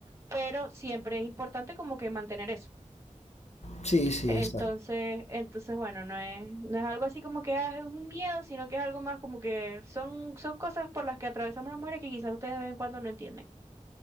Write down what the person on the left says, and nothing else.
Sí, sí,
exacto.